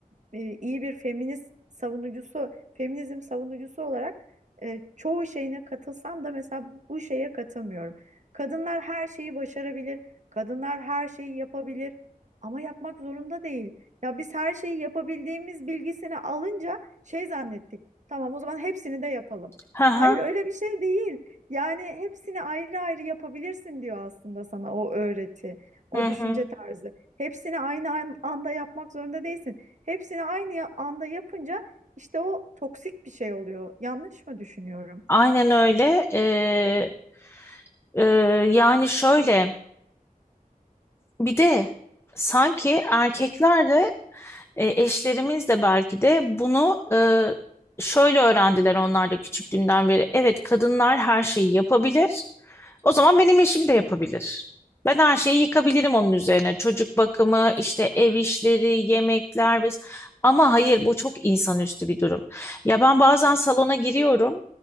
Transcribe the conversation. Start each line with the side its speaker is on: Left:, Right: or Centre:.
Right: e, iyi bir feminist savunucusu, feminizm savunucusu olarak e, çoğu şeyine katılsam da mesela bu şeye katılmıyorum. Kadınlar her şeyi başarabilir, kadınlar her şeyi yapabilir ama yapmak zorunda değil. Ya biz her şeyi yapabildiğimiz bilgisini alınca şey zannettik. Tamam o zaman hepsini de yapalım.
Left: Hı hı,
Right: Hayır öyle bir şey değil. Yani hepsini ayrı ayrı yapabilirsin diyor aslında sana o öğreti, o
Left: hı hı.
Right: düşünce tarzı. Hepsini aynı an- anda yapmak zorunda değilsin. Hepsini aynı ya- anda yapınca işte o toksik bir şey oluyor. Yanlış mı düşünüyorum?
Left: Aynen öyle. E, e, yani şöyle bir de sanki erkeklerde E, eşlerimiz de belki de bunu e, şöyle öğrendiler onlar da küçüklüğünden beri. Evet kadınlar her şeyi yapabilir. O zaman benim eşim de yapabilir. Ben her şeyi yıkabilirim onun üzerine. Çocuk bakımı, işte ev işleri, yemekler ve... Ama hayır bu çok insanüstü bir durum. Ya ben bazen salona giriyorum.